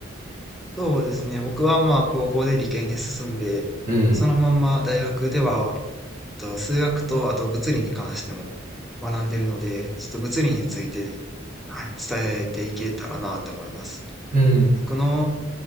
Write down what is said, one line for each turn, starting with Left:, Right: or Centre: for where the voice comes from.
Centre: そうですね。僕はまあ高校で理系に進んで、
Right: うん、
Centre: そのまんま大学では、えっと数学とあと物理に関しても学んでるので、ちょっと物理についてはい伝えていけたらなと思います。
Right: うん、
Centre: 僕の、